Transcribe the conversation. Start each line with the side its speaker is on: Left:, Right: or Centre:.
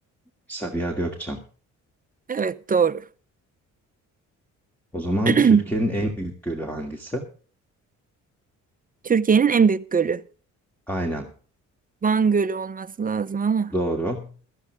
Centre: Sabiha Gökçen.
Right: Evet doğru.
Centre: O zaman
Right: <clears throat>
Centre: Türkiye'nin en büyük gölü hangisi?
Right: Türkiye'nin en büyük gölü.
Centre: Aynen.
Right: Van Gölü olması lazım ama.
Centre: Doğru.